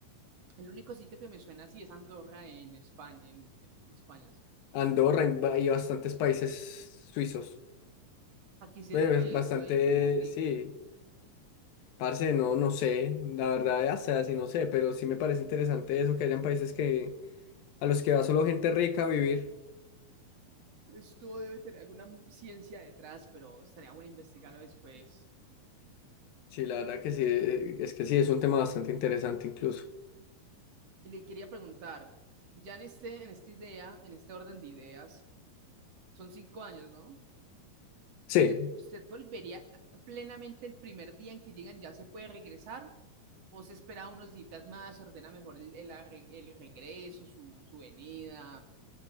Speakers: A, on the right; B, on the left.
A: El único sitio que me suena así es Andorra en España, en, en España, sí.
B: Andorra y ba- y bastantes países suizos.
A: ¿A qué se
B: Eh,
A: debe
B: Bastante,
A: eso? ¿Hay algún motivo?
B: sí. Parce, no, no sé, la verdad, ya sea, sí, no sé, pero sí me parece interesante eso, que hayan países que a los que va solo gente rica a vivir.
A: Esto debe tener alguna ciencia detrás, pero estaría bueno investigarlo después.
B: Sí, la verdad que sí, eh, es que sí, es un tema bastante interesante incluso.
A: Y le quería preguntar, ya en este, en esta idea, en este orden de ideas, son cinco años, ¿no?
B: Sí,
A: ¿Usted, usted volvería plenamente el primer día en que llegan, ya se puede regresar? ¿O se espera unos días más, ordena mejor el, el arre- el regreso, su, su venida,